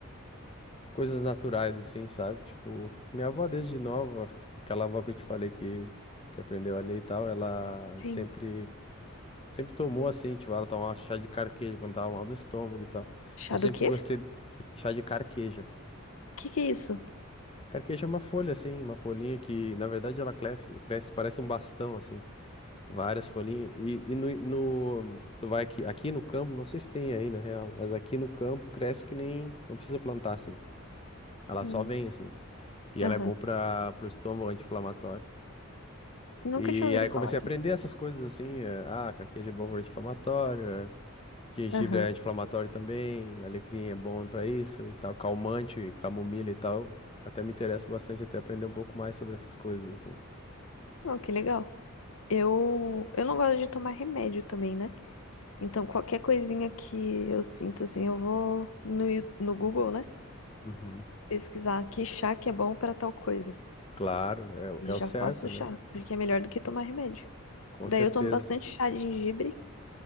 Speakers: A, on the left; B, on the left.
A: coisas naturais, assim, sabe? Tipo, minha avó desde nova, aquela avó que eu te falei que, que aprendeu a ler e tal, ela
B: Sim.
A: sempre sempre tomou assim, tipo, ela tomava chá de carqueja quando tava mal do estômago e tal.
B: Chá
A: Eu
B: do
A: sempre
B: quê?
A: gostei de
B: O
A: chá de carqueja.
B: que que é isso?
A: Carqueja é uma folha assim, uma folhinha que, na verdade, ela cresce, cresce, parece um bastão assim, várias folhinhas. E, e no, no- tu vai aqui, aqui no campo, não sei se tem aí na real, mas aqui no campo cresce que nem, não precisa plantar assim. Ela
B: Hum,
A: só vem assim. E
B: Aham.
A: ela é bom para pro estômago anti-inflamatório.
B: Nunca
A: E
B: tinha ouvido
A: aí comecei
B: falar
A: a
B: disso.
A: aprender essas coisas assim, é, ah, carqueja é bom para anti-inflamatório, é, Gengibre
B: Aham.
A: é anti-inflamatório também, alecrim é bom pra isso e tal, calmante, camomila e tal. Até me interessa bastante até aprender um pouco mais sobre essas coisas assim.
B: Oh, que legal. Eu, eu não gosto de tomar remédio também, né? Então, qualquer coisinha que eu sinto, assim, eu vou no, Yu- no Google, né?
A: Uhum.
B: Pesquisar que chá que é bom para tal coisa.
A: Claro, é, o-
B: E
A: é o
B: já
A: certo,
B: faço
A: né?
B: chá, porque é melhor do que tomar remédio.
A: Com
B: Daí
A: certeza.
B: eu tomo bastante chá de gengibre,